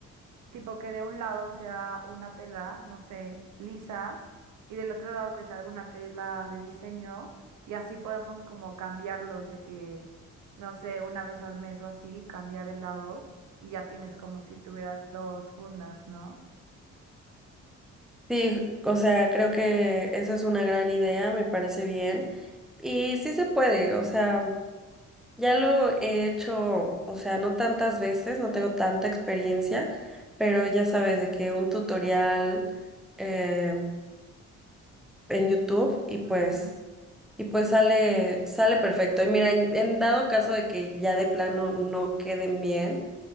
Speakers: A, on the right; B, in the centre.
A: Tipo que de un lado sea una tela, no sé, lisa, y del otro lado que sea alguna tela de diseño, y así podemos como cambiarlos de que, no sé, una vez al mes o así, cambiar el lado, y ya tienes como si tuvieras dos fundas, ¿no?
B: Sí, o sea, creo que esa es una gran idea, me parece bien. Y sí se puede, o sea, ya lo he hecho, o sea, no tantas veces, no tengo tanta experiencia, pero ya sabes de que un tutorial eh, en YouTube y pues
A: Ujú.
B: Y pues sale, sale perfecto. Y mira, en, en dado caso de que ya de plano no queden bien,